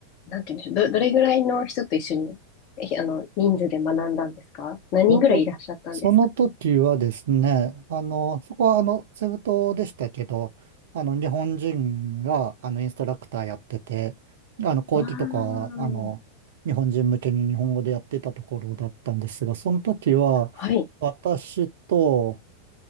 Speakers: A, on the left; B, on the right.
A: なんていうんでしょう、ど、どれぐらいの人と一緒に、えひあの、人数で学んだんですか何人ぐらいいらっしゃったんですか
B: その、その時はですね、あの、そこはあの、セブ島でしたけど、あの、日本人が、あの、インストラクターやってて、あの、講義とかは、
A: ああー、
B: あの、日本人向けに日本語でやってたところだったんですが、その時は、
A: はい。
B: 私と、